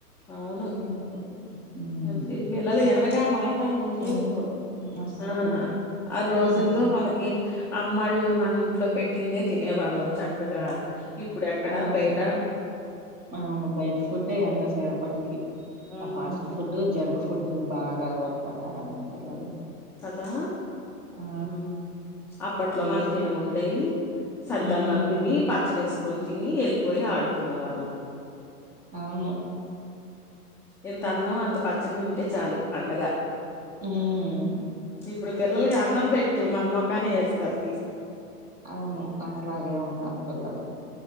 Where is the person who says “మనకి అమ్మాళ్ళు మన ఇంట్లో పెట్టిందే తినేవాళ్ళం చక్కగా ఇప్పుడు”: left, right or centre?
Centre